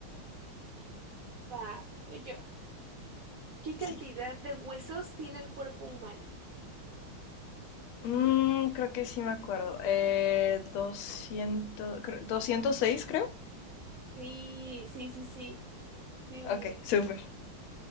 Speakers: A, on the right; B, on the left.
A: Va, pues yo. ¿Qué cantidad
B: Sí.
A: de huesos tiene el cuerpo humano?
B: Mm, creo que sí me acuerdo. Eh, doscientos creo- 206, creo.
A: Sí, sí, sí, sí. Sí, muy
B: Ok,
A: bien.
B: súper.